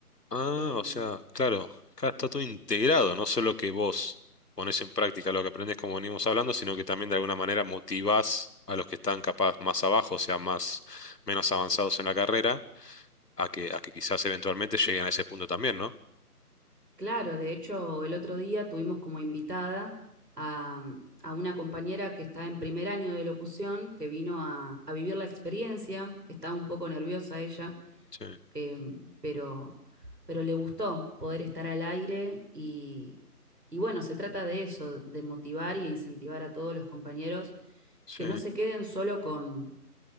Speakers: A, on the left; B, on the right.
A: Ah,
B: Eh,
A: o sea, claro, acá está todo integrado, no solo que vos pones en práctica lo que aprendes como venimos hablando, sino que también de alguna manera motivás a los que están capaz más abajo, o sea, más, menos avanzados en la carrera, a que, a que quizás eventualmente lleguen a ese punto también, ¿no?
B: Claro, de hecho, el otro día tuvimos como invitada a, mm, a una compañera que está en primer año de locución, que vino a, a vivir la experiencia, estaba un poco nerviosa ella,
A: Sí,
B: eh, pero, pero le gustó poder estar al aire y, y bueno, se trata de eso, de motivar y incentivar a todos los compañeros
A: sí,
B: que no se queden solo con,